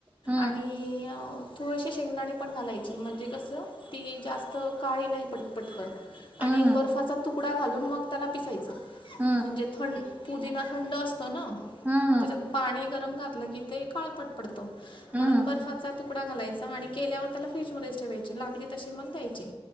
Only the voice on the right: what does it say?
हं.
हं,
हं.
हं.
हं, हं.
हं,
हं.